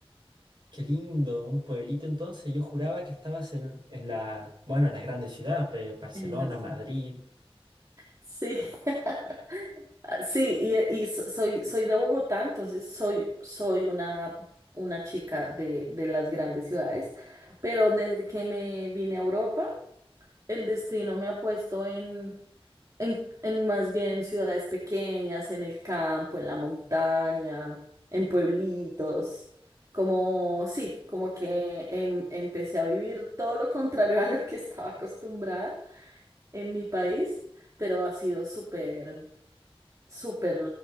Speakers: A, on the right; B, on the right.
A: Qué lindo, un pueblito entonces. Yo juraba que estabas en, en la, bueno, en la grande ciudad, Barcelona,
B: En las
A: Madrid.
B: grandes. Sí, <laughs> Ah, sí, y, y so- soy, soy de Bogotá, entonces soy, soy una, una chica de, de las grandes ciudades, pero desde que me vine a Europa, el destino me ha puesto en, en, en más bien ciudades pequeñas, en el campo, en la montaña, en pueblitos. Como, sí, como que em- empecé a vivir todo lo contrario <laughs> a lo que estaba acostumbrada en mi país, pero ha sido súper, súper